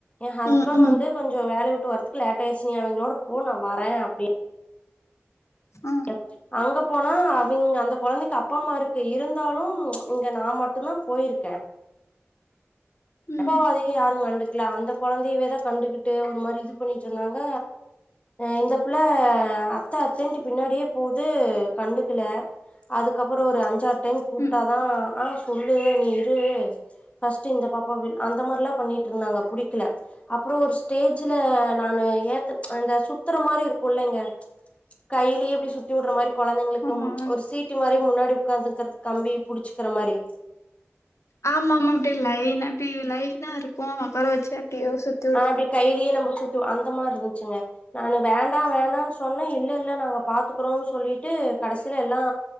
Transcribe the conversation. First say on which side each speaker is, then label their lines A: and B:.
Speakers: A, on the left; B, on the left.
A: ஏ ஹஸ்பண்ட்
B: ம் ம்
A: வந்து
B: ம்
A: கொஞ்சோ வேலைய உட்டு வர்ற க்கு லேட்டாயிருச்சி நீ அவிங்களோட போ நா வரே அப்டின்
B: ஆ
A: டச்சு அங்க போனா அவிங் அந்த கொழந்தைக்கு அப்பா அம்மா இருக்கு இருந்தாலு இங்க நா மட்டு தா போயிருக்க
B: ம்
A: அப்போ அதிகோ யாரு கண்டுக்கல அந்த கொழந்தையவேதா கண்டுகிட்டு ஒரு மாரி இது பண்ணிட்டு இருந்தாங்க இந்த பிள்ள அத்த அத்தன்ட்டு பின்னாடியே போகுது கண்டுக்கல அதுக்கப்பறோ ஒரு அஞ்சாறு டைம் கூப்டாதா
B: ம்
A: ஆ சொல்லு நீ இரு ஃபர்ஸ்ட்டு இந்த பாப்பாவில் அந்த மாரிலா பண்ணிட்டு இருந்தாங்க புடிக்கல அப்றோ ஒரு ஸ்டேஜ்ல நானு ஏத்த இந்த சுத்துற மாரி இருக்கு இல்லைங்க கையிலயே இப்டி சுத்தி வுடுற மாரி கொழந்தைங்களுக்கு
B: ஆமா
A: ஒரு சீட் குட்டி மாரி முன்னாடி உக்காந்துங்கறது கம்பி புடிச்சுகுற மாரி
B: ஆமாமா அப்டி லைன்னா அப்டி லைனா இருக்கு ஒக்கார வெச்சு அப்டியே சுத்
A: ஆ அப்டி கைலியே நம்ம சுத்துவோ அந்த மாரி இருந்துச்சுங்க நானு வேண்டா வேண்டான்னு சொன்னே இல்ல இல்ல நாங்க பாத்துக்குறோன்னு சொல்லிட்டு கடசில எல்லா